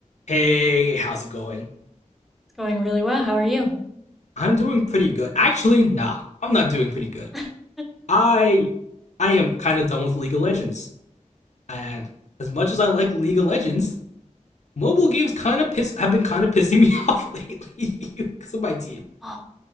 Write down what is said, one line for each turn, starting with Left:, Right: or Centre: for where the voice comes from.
Left: Hey, how's it going?
Centre: Going really well. How are you?
Left: I'm doing pretty good. Actually, nah, I'm not doing pretty good.
Centre: <laughs>
Left: I I am kind of done with League of Legends. And as much as I like League of Legends, mobile games kind of piss have been kind of pissing <laughs> me off lately <laughs> because of my team.
Centre: Oh,